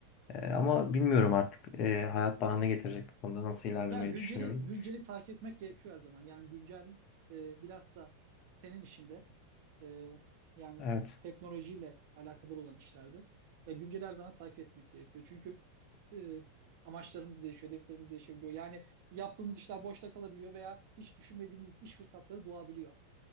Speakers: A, on the left; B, on the right.
A: E, ama bilmiyorum artık e, hayat bana ne getirecek bu konuda nasıl ilerlemeyi
B: Yani günceli
A: düşünüyorum.
B: günceli takip etmek gerekiyor her zaman. Yani güncel e, bilhassa senin işinde. e, yani
A: Evet.
B: teknolojiyle alakadar olan işlerde ya güncel her zaman takip etmek gerekiyor. Çünkü e, amaçlarımız değişiyor, hedeflerimiz değişebiliyor. Yani yaptığımız işler boşta kalabiliyor veya hiç düşünmediğimiz iş fırsatları doğabiliyor.